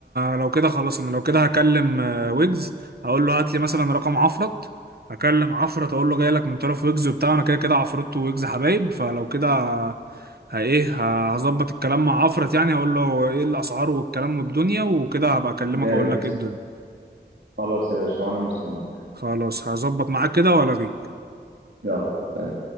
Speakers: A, on the right; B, on the right.
A: لو كده خلاص انا لو كده هكلم آه، ويجز اقول له هات لي مثلا رقم عفرت هكلم عفرت اقول له جاي لك من طرف ويجز وبتاع انا كده كده عفرت ويجز حبايب فلو كده ه- ايه ه- هظبط الكلام مع عفرت يعني هقول له ايه الاسعار والكلام والدنيا وكده هبقى اكلمك
B: جامد
A: اقول لك ايه الدنيا
B: خلاص يا باشا وانا مستنيك
A: خلاص هظبط معاك كده والغيك
B: يلا سلام.